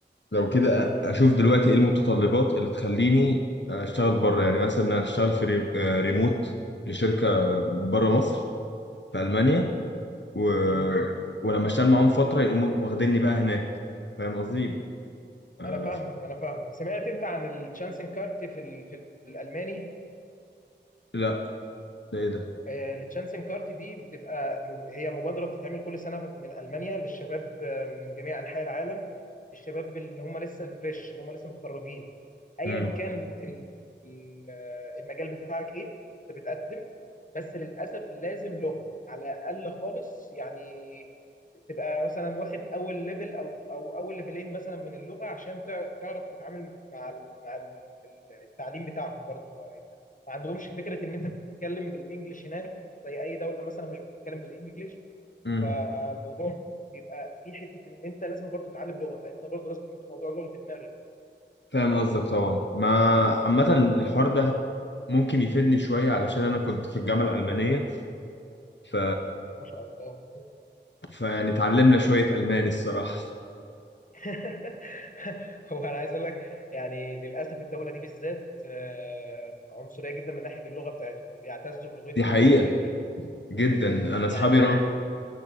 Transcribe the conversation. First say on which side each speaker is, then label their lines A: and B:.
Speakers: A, on the left; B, on the left.
A: لو كده أ- اشوف دلوقتي ايه المتطلبات اللي تخليني اشتغل بره يعني مثلا انا اشتغل في ري- آه، ريموت لشركه بره مصر في المانيا و...
B: امم
A: ولما اشتغل معاهم فتره يقوموا واخديني بقى هناك فاهم قصدي آه،
B: انا فاهمك انا فاهمك سمعت انت عن الشانسن كارت في ال- في الالماني
A: لا ده ايه ده
B: التشانسن كارت دي بتبقى مب- هي مبادره بتتعمل كل سنه من المانيا للشباب آه، من جميع انحاء العالم الشباب اللي هم لسه فريش اللي هم لسه متخرجين ايا
A: امم
B: كان ال- ال- آه، المجال بتاعك ايه انت بتقدم بس للاسف لازم لغه على الاقل خالص يعني تبقى مثلا واخد اول ليفل او او اول ليفلين مثلا من اللغه عشان تع- تعرف تتعامل مع ال- مع ال- التعليم بتاعهم برضه ما عندهمش فكره ان انت بتتكلم بالانجلش هناك زي اي دوله مثلا مش بتتكلم بالانجلش
A: امم
B: فالموضوع بيبقى في حته ان انت لازم برضو تتعلم لغه فانت برضو لازم تحط موضوع اللغه في دماغك
A: فاهم قصدك طبعا ما عامة الحوار ده ممكن يفيدني شوية علشان أنا كنت في الجامعة الألمانية ف...
B: ما شاء الله
A: فيعني اتعلمنا شوية ألماني الصراحة
B: <laughs> هو انا عايز اقول لك يعني للاسف الدوله دي بالذات آه، عنصريه جدا من ناحيه اللغه بتاعتهم بيعتزوا بلغتهم
A: دي حقيقة
B: جدا جدا
A: جدا أنا أصحابي
B: يعني
A: راح آه.